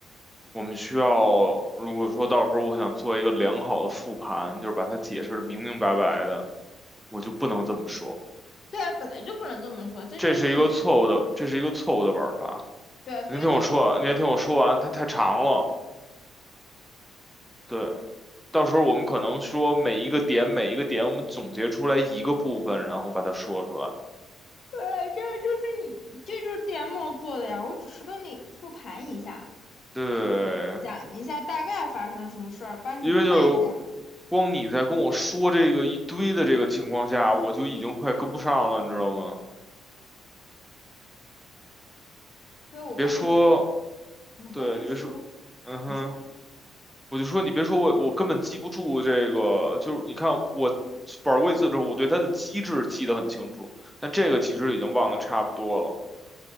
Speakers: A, in the centre; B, on the left (about 55°).
A: 我们需要，如果说到时候我想做一个良好的复盘，就是把它解释的明明白白的，我就不能这么说。
B: 对啊，本来就不能这么说，这就是你
A: 这是一个错误的，这是一个错误的玩法。
B: 对啊，所以这个就是
A: 您听我说，您听我说完，它太长了。对，到时候我们可能说每一个点，每一个点，我们总结出来一个部分，然后把它说出来。
B: 对啊，这个就是你，这就是 D M 做的呀。我只是跟你复盘一下，
A: 对，
B: 讲一下大概发生什么事儿，帮你看一下。
A: 因为就光你在跟我说这个一堆的这个情况下，我就已经快跟不上了，你知道吗？
B: 所以我跟你说，
A: 你别说，
B: 我跟你说，
A: 对，你别说，嗯哼，
B: 你说
A: 我就说你别说我，我根本记不住这个，就是你看我玩过一次之后，我对它的机制记得很清楚，但这个其实已经忘得差不多了，